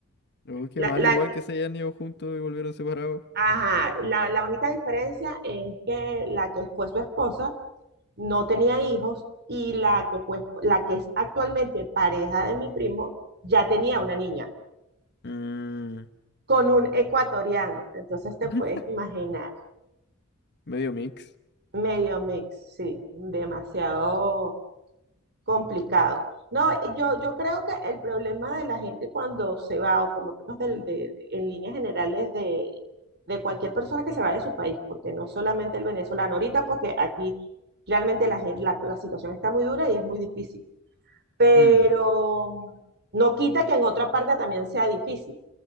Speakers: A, on the left (about 50°); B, on the right (about 50°).
A: Oh, qué
B: la,
A: mal,
B: la-
A: igual que se hayan ido juntos y volvieron separados.
B: Ajá, la, la única diferencia es que la que fue su esposa no tenía hijos y la que, fue, la que es actualmente pareja de mi primo ya tenía una niña
A: Mm,
B: con un ecuatoriano. Entonces te
A: <laughs>
B: puedes imaginar,
A: medio mix.
B: medio mix, sí, demasiado complicado. No, yo, yo creo que el problema de la gente cuando se va, o por lo menos del- de- en líneas generales de, de cualquier persona que se va de su país, porque no solamente el venezolano, ahorita porque aquí realmente la gente, la, la situación está muy dura y es muy difícil, pero
A: Mm,
B: no quita que en otra parte también sea difícil.